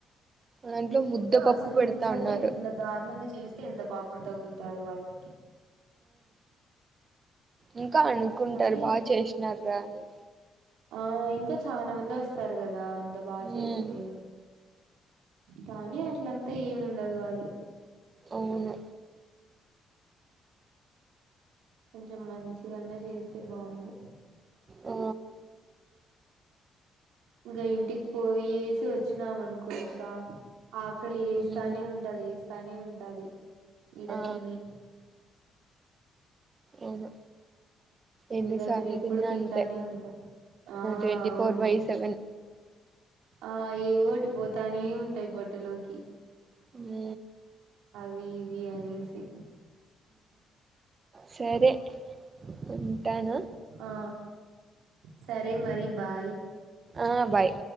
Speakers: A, on the right (about 35°); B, on the right (about 85°).
A: దాంట్లో
B: ఏందో
A: ముద్దపప్పు
B: అసలు
A: పెడతా
B: నిజంగా
A: ఉన్నారు
B: ఇట్లా దారుణంగా చేస్తే ఎంత పాపం తగులుతాది వాళ్ళకి
A: ఇంకా అనుకుంటారు
B: మరి
A: బాగా చేసినారా అని
B: అ ఇంకా చాల మంది వస్తారు కదా అంత బాగ
A: ఉమ్
B: చేస్తే కానీ అట్లంతా ఏమి ఉండదు వాళ్ళు
A: అవును
B: కొంచెం మంచిగన్నా చేస్తే బాగుండు
A: ఆ
B: ఇంకా ఇంటికి పోయి వేసి వచ్చినాం అనుకో ఇంగ ఆకలి వేస్తానే
A: ఐ మీన్
B: ఉంటది వేస్తానే ఉంటది ఈడ
A: ఆ
B: తిని
A: అవును
B: ఇంటి
A: ఎన్నిసార్లు
B: దగ్గర ఎప్పుడు
A: తిన్నా
B: తింటానే
A: అంతే
B: ఉంటాం ఆ
A: ట్వంటీ
B: అవును
A: ఫోర్ బై సెవెన్
B: ఆ ఎ ఒటి పోతానే ఉంటాయి పోట్టలోకి
A: హు
B: వివి అనేసి
A: సరే ఉంటాను
B: ఆ సరే మరి బాయ్
A: ఆ బాయ్